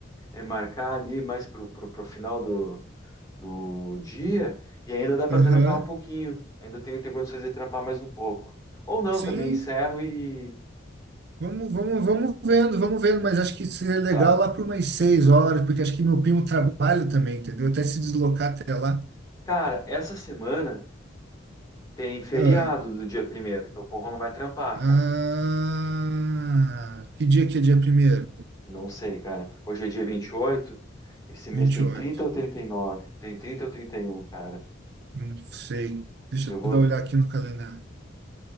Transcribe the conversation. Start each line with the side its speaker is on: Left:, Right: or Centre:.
Left: é marcar ali mais pro, pro, pro final do, do dia e ainda dá para
Right: Aham.
Left: trampar um pouquinho. Ainda tenho, tenho condições de trampar mais um pouco. Ou não,
Right: Sim,
Left: também encerro e
Right: Vamos, vamos, vamos vendo, vamos vendo, mas acho que seria legal
Left: tá.
Right: lá por umas seis horas, porque acho que meu primo trabalha também, entendeu? Até se deslocar até lá.
Left: Cara, essa semana tem feriado
Right: Ah,
Left: do dia primeiro, então o povo não vai trampar,
Right: ah,
Left: cara.
Right: que dia que é dia primeiro?
Left: Não sei, cara. Hoje é dia vinte e oito esse mês
Right: vinte
Left: tem
Right: e oito
Left: 30 ou trinta e nove tem 30 ou trinta e um cara.
Right: Não sei. Deixa
Left: Eu vou.
Right: eu dar uma olhada aqui no calendário.